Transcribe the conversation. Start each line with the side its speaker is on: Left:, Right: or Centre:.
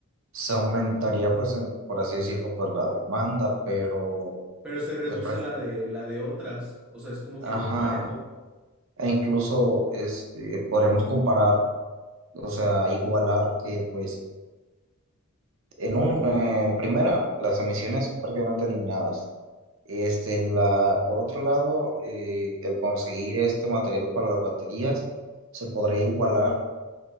Right: se aumentaría pues en- por así decirlo pues la demanda, pero
Centre: Pero se reduce
Right: pues prac-
Centre: la de la de otras. O sea, es como
Right: ajá,
Centre: que parejo.
Right: e incluso este podríamos comparar, o sea, igualar que pues En un, eh, en primera, las emisiones prácticamente eliminadas. Este, la, por otro lado, eh, el conseguir este material para las baterías se podría igualar